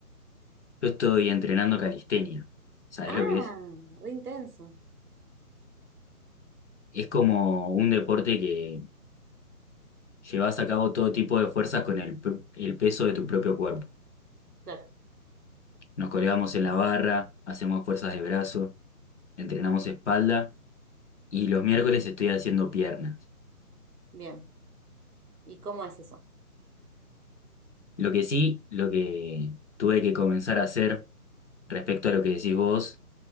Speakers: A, on the left; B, on the right.
A: Yo estoy entrenando calistenia. ¿Sabés lo
B: Ah,
A: que es?
B: re intenso.
A: Es como un deporte que llevas a cabo todo tipo de fuerzas con el, pr- el peso de tu propio cuerpo.
B: Claro,
A: Nos colgamos en la barra, hacemos fuerzas de brazo, entrenamos espalda y los miércoles estoy haciendo piernas.
B: bien. ¿Y cómo es eso?
A: Lo que sí, lo que tuve que comenzar a hacer respecto a lo que decís vos,